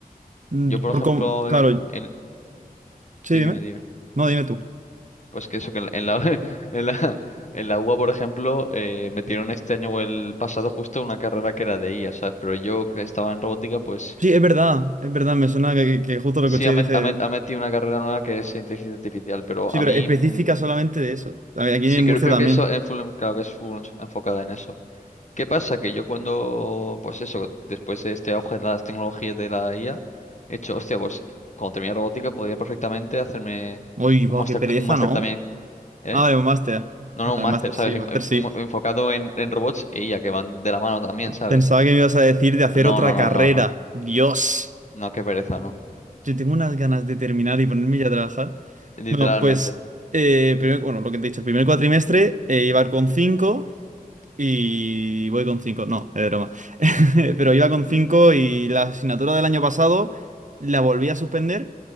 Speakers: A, on the right; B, on the left.
A: mm,
B: Yo, por
A: por
B: ejemplo,
A: com- claro,
B: eh, en... Sí,
A: sí, dime.
B: dime, dime.
A: No, dime tú.
B: Pues que eso, que en la, en la, <laughs> en la, en la UA, por ejemplo, eh, metieron este año o el pasado justo una carrera que era de IA, ¿sabes? Pero yo que estaba en robótica, pues
A: Sí, es verdad, es verdad, me suena que, que- que justo lo
B: sí,
A: escuché
B: ha,
A: y
B: met-
A: dije,
B: ha met- ha metido una carrera nueva que es inteligencia artificial, pero
A: sí,
B: a
A: pero
B: mí
A: específica
B: mm,
A: solamente de eso. A ver, Aquí
B: sí
A: en
B: creo,
A: Murcia
B: creo
A: también.
B: que eso es full- en- claro que es full enfocada en eso. ¿Qué pasa? Que yo cuando, pues eso, después de este auge de las tecnologías de la IA, he hecho, hostia, pues cuando terminé robótica podría perfectamente hacerme
A: Uy,
B: un
A: va,
B: máster,
A: qué pereza,
B: un máster
A: ¿no?
B: también, ¿eh?
A: Ah, de un máster.
B: No,
A: Vale,
B: no, un máster,
A: máster sí,
B: ¿sabes? En-
A: máster
B: en-
A: sí.
B: Enfocado en, en robots e IA, que van de la mano también, ¿sabes?
A: Pensaba que me ibas a decir de hacer
B: No,
A: otra
B: no, no,
A: carrera.
B: no, no.
A: Dios.
B: No, qué pereza, no.
A: Yo tengo unas ganas de terminar y ponerme ya a trabajar.
B: Literalmente.
A: No, pues,
B: <laughs>
A: eh, primer- bueno, lo que te he dicho, el primer cuatrimestre eh, iba con 5 y voy con 5. no, es broma. <laughs> Pero iba con cinco
B: Hmm,
A: y la asignatura del año pasado la volví a suspender